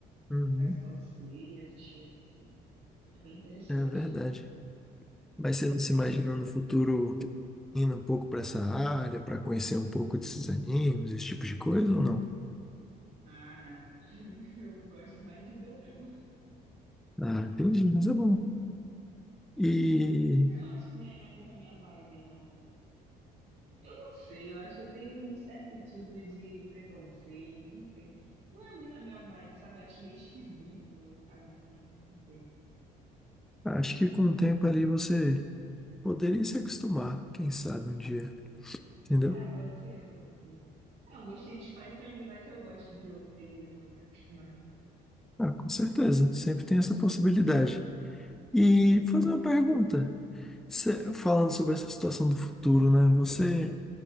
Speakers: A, in the centre; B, on the right.
A: uhum,
B: Faz cosplay, essas coisas, assim. É bem interessante.
A: é verdade. Mas você não se imagina no futuro indo um pouco para essa área, para conhecer um pouco desses animes, esse tipo de coisa ou não?
B: Ah, não. <laughs> Eu gosto mais de dorama.
A: Ah, entendi, mas é bom. E
B: Sei lá, acho que não é, não é muito a minha vibe, não, assim, de... Eu não sei, eu acho que eu tenho um certo tipo de preconceito, eu não sei. Não é muito a minha vibe, sabe? Eu acho meio esquisito anime, não sei.
A: acho que com o tempo ali você poderia se acostumar, quem sabe um dia, entendeu?
B: Ah, pode ser, pode ser. Ah, eu gostei de Spy Family, vai que eu gosto de outra e eu vou me acostumando.
A: Ah, com certeza, sempre tem essa possibilidade. E fazer uma pergunta, Cê- falando sobre essa situação do futuro, né? Você,